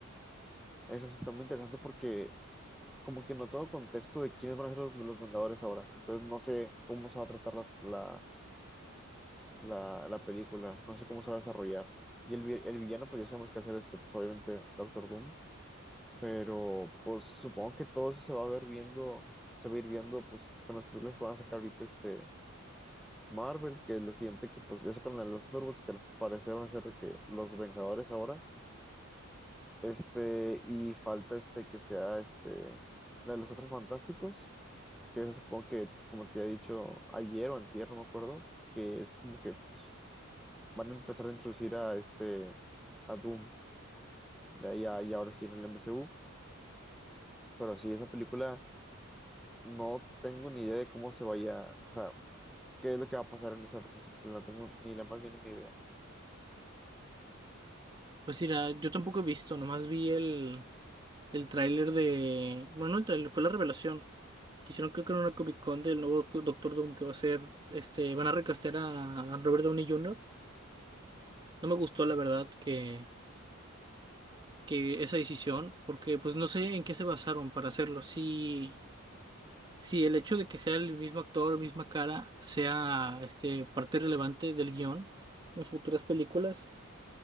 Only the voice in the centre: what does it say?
Esa sí está muy interesante porque como que no tengo contexto de quiénes van a ser los, los Vengadores ahora. Entonces no sé cómo se va a tratar las- la, la, la película, no sé cómo se va a desarrollar. Y el, vi- el villano, pues ya sabemos que va a ser este, pues obviamente Doctor Doom pero pues supongo que todo eso se va a ver viendo, se va a ir viendo pues con las películas que van a sacar ahorita este Marvel, que es la siguiente que pues ya sacaron la de los Thunderbolts, que al parecer van a ser de que los Vengadores ahora, este, y falta este que sea este, la de los Cuatro Fantásticos, que esa supongo que como te he dicho ayer o antier, no me acuerdo, que es como que pues van a empezar a introducir a este, a Doom, de ahí a- y ahora sí en el MCU, pero sí, esa película no tengo ni idea de cómo se vaya, o sea, qué es lo que va a pasar en esa, en ese problema. no tengo ni la más mínima idea.